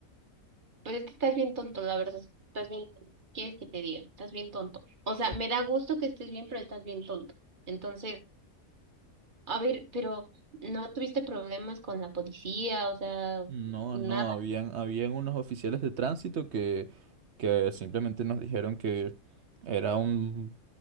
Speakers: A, on the right; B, on the right.
A: pues es que estás bien tonto, la verdad. Estás bien tonto. ¿Quieres que te diga? Estás bien tonto. O sea, me da gusto que estés bien, pero estás bien tonto. Entonces. A ver, pero ¿no tuviste problemas con la policía? O sea,
B: No,
A: nada.
B: no, habían, habían unos oficiales de tránsito que, que simplemente nos dijeron que era un